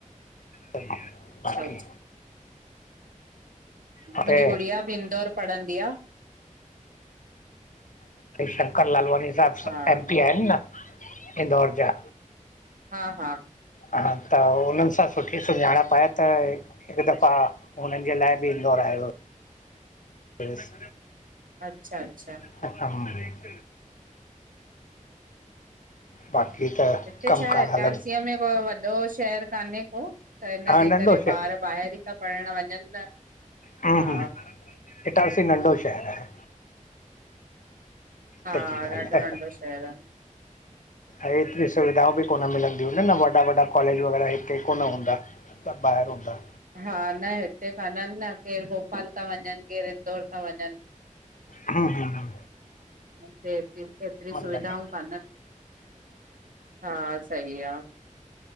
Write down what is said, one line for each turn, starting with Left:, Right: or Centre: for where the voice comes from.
Left: त मां
Right: अच्छा
Left: ॿाक़ी। हुते
Right: मुंजी गुड़िया ॿि इंदौर पढ़ंदी आ।
Left: शंकर लालवानी साहिॿ
Right: हा
Left: एमपी आहिनि न इंदौर ॼा।
Right: हा हा
Left: हा त उन्हनि सां। सुठी सुञांणप आए। त हिकु दफ़ा हुननि ॼे लाए ॿि, इंदोर आयो हो। फेस।
Right: अच्छा, अच्छा।
Left: <unintelligible> बाक़ी त
Right: हिते
Left: कमकार
Right: छा ऐ इटारसीअ
Left: हलनि
Right: में को वॾो। शहर कान्हे को त इनॼे
Left: हा नंढो
Right: करे
Left: शहर
Right: ॿार ॿाहिरि ई ता पहिणं वंञंनि न।
Left: हम्म,
Right: हा
Left: हम्म, इटारसी नंढो शहर आहे।
Right: हा
Left: सच्ची ॻाल्हि
Right: ॾाढो
Left: आहे।
Right: नंढो शहर आहे
Left: ऐं एतिरी सुविधाऊं ॿि, कोन मिलंदियूं इन न वॾा वॾा कॉलेॼ वग़ैरह हिते कोन हूंदा त ॿाहिरि हूंदा।
Right: हा। न हिते कान्हनि न केरु भोपाल ता वञनि केरु इन्दौर ता वञनि।
Left: हा, हा, हा।
Right: हिते एतिरी ऐतिरियूं सुविधाऊं
Left: लॻे
Right: काननि। हा, सही आ।